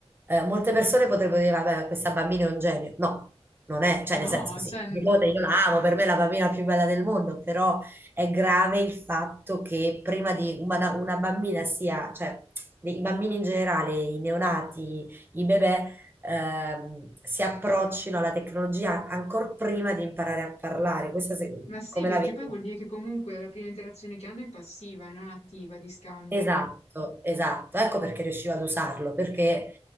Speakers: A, on the right; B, on the left.
A: eh, molte persone potrebbero dire, vabbè, questa bambina è un genio. No, non è, cioè
B: no,
A: nel senso sì,
B: cioè, n-
A: mia nipote io la amo, per me è la bambina più bella del mondo, però è grave il fatto che prima di una, una bambina sia, cioè i bambini in generale, i neonati, i bebè, ehm, si approccino alla tecnologia ancora prima di imparare a parlare. Questa se-
B: ma sì,
A: come
B: perché
A: la vedi?
B: poi vuol dire che comunque la prima interazione che hanno è passiva e non attiva di scambio,
A: Esatto,
B: no?
A: esatto. Ecco perché riuscivo ad usarlo, perché